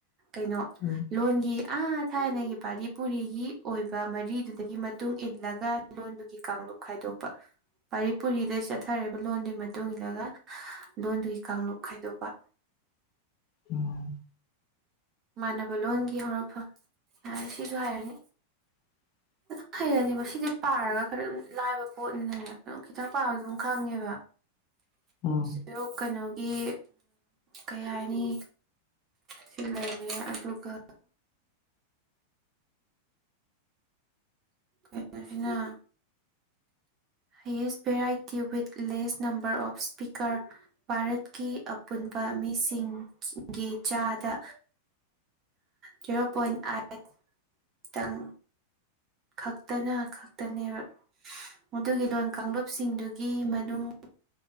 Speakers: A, on the right; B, on the left.
A: ꯀꯩꯅꯣ
B: ꯎꯝ
A: ꯂꯣꯟꯒꯤ ꯑꯥ ꯊꯥꯏꯅꯒꯤ ꯄꯥꯔꯤ ꯄꯨꯔꯤꯒꯤ ꯑꯣꯏꯕ ꯃꯔꯤꯗꯨꯗꯒꯤ ꯃꯇꯨꯡ ꯏꯜꯂꯒ ꯂꯣꯟꯗꯨꯒꯤ ꯀꯥꯡꯂꯨꯞ ꯈꯥꯏꯗꯣꯛꯄ꯫ ꯄꯥꯔꯤ ꯄꯨꯔꯤꯗꯩ ꯆꯠꯊꯔꯤꯕ ꯂꯣꯟꯗꯨꯒꯤ ꯃꯇꯨꯡ ꯏꯜꯂꯒ ꯂꯣꯟꯗꯨꯒꯤ ꯀꯥꯡꯂꯨꯞ ꯈꯥꯏꯗꯣꯛꯄ꯫
B: ꯎꯝ
A: ꯃꯥꯟꯅꯕ ꯂꯣꯟꯒꯤ ꯍꯧꯔꯛꯐꯝ ꯌꯥꯔꯦ ꯁꯤꯁꯨ ꯍꯥꯏꯔꯅꯤ꯫
B: <inaudible>
A: ꯑꯗꯨꯝ ꯍꯩꯔꯅꯦꯕ ꯁꯤꯗꯤ ꯄꯥꯔꯒ ꯈꯔ ꯑꯗꯨꯝ ꯂꯥꯏꯕ ꯄꯣꯠꯅꯤꯅꯦ ꯑꯗꯨꯝ ꯈꯤꯇꯪ ꯄꯥꯕꯗꯨ ꯑꯗꯨꯝ ꯈꯪꯉꯦꯕ꯫
B: ꯎꯝ
A: <unintelligible> ꯀꯩꯅꯣꯒꯤ ꯀꯩ ꯍꯥꯏꯅꯤ ꯁꯤ ꯂꯩ ꯑꯗꯨꯒ ꯀꯩꯅꯣꯁꯤꯅ꯫ Highest variety with less number of speaker ꯚꯥꯔꯠꯀꯤ ꯄꯨꯟꯕ ꯃꯤꯁꯤꯡꯒꯤ ꯆꯥꯗ ꯖꯦꯔꯣ ꯄꯣꯏꯟ ꯑꯥꯏꯠ꯫ ꯇꯪ ꯈꯛꯇꯅ ꯈꯛꯇꯅꯦꯕ꯫ ꯃꯗꯨꯒꯤ ꯂꯣꯟ ꯀꯥꯡꯂꯨꯞꯁꯤꯡꯗꯨꯒꯤ ꯃꯅꯨꯡ